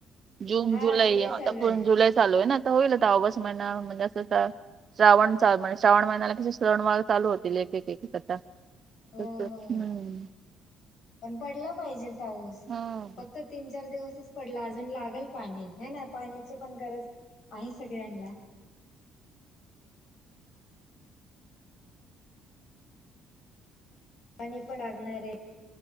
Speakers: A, on the right (about 35°); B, on the left (about 55°).
A: जून
B: हा
A: जुलै
B: चालू
A: आता
B: आहे
A: पर् जुलै चालू आहे ना आता होईल आता ऑगस्ट महिना म्हणजे अस श्रावण म्हणजे श्रावण महिन्याला कशी श्रवण वग चालू होतील एक एक करता
B: हो
A: अ हम्म
B: हो पण पडला पाहिजे पाऊस
A: हा.
B: फक्त तीन चार दिवसच पडला अजून लागल पाणी ह ना पाण्याची पण गरज आहे सगळ्यांना पाणी पण लागणार हे